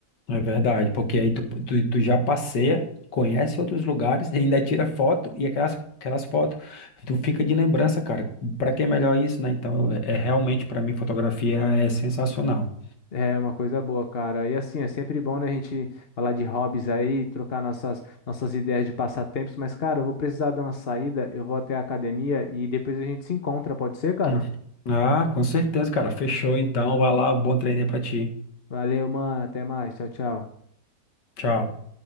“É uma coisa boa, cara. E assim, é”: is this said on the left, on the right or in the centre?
Left